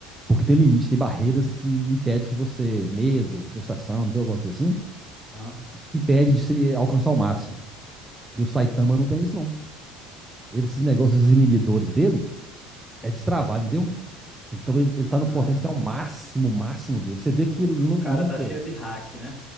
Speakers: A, on the right (about 15°); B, in the centre.
A: porque tem limites, tem barreiras que impedem que você, medo, frustração, entendeu? Algumas coisas assim,
B: Aham.
A: impede de você alcançar o máximo. E o Saitama não tem isso, não. Ele, esses negócios, esses inibidores dele, é destravado, entendeu? Então ele, ele tá
B: Ah,
A: no potencial máximo, máximo dele. Você vê que
B: o,
A: ele nu-
B: o cara
A: nunca.
B: tá cheio de hack, né?